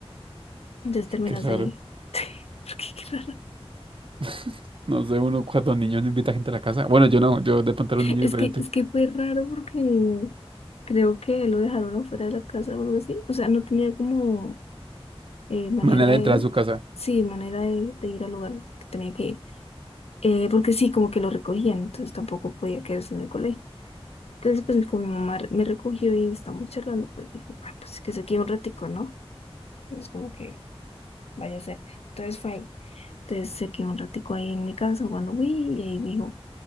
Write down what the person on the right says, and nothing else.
qué raro.
<laughs> No sé, uno cuando niño no invita gente a la casa. Bueno, yo no, yo de pronto era un niño
diferente.
Manera
de entrar a su casa.